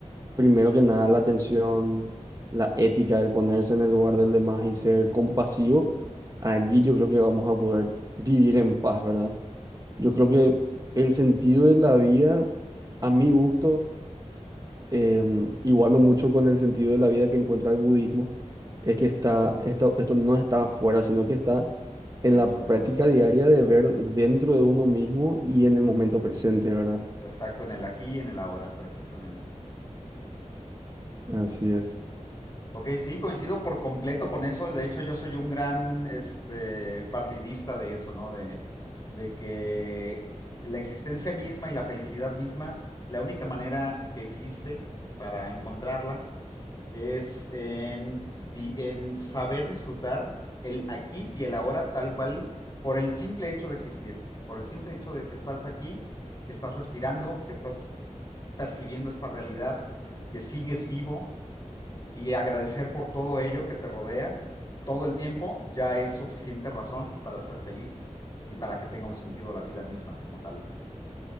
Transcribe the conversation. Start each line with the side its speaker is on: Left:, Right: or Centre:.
Right: primero que nada la atención, la ética, el ponerse en el lugar del demás y ser compasivo, allí yo creo que vamos a poder vivir en paz, ¿verdad? Yo creo que el sentido de la vida, a mi gusto, em, igualo mucho con el sentido de la vida que encuentra el budismo, es que está, esta- esto no está afuera, sino que está
Left: dentro
Right: en la
Left: de
Right: práctica
Left: uno.
Right: diaria de ver dentro de uno mismo y en el momento presente, ¿verdad?
Left: Exacto, en el aquí y en el ahora, precisamente.
Right: Así es,
Left: Ok, sí, coincido por completo con eso. De hecho, yo soy un gran este, partidista de eso, ¿no? De, de que la existencia misma y la felicidad misma, la única manera que existe para encontrarla es en, vi- en saber disfrutar el aquí y el ahora tal cual por el simple hecho de existir, por el simple hecho de que estás aquí, que estás respirando, que estás percibiendo esta realidad, que sigues vivo y agradecer por todo ello que te rodea todo el tiempo ya es suficiente razón para ser feliz y para que tenga un sentido la vida misma como tal.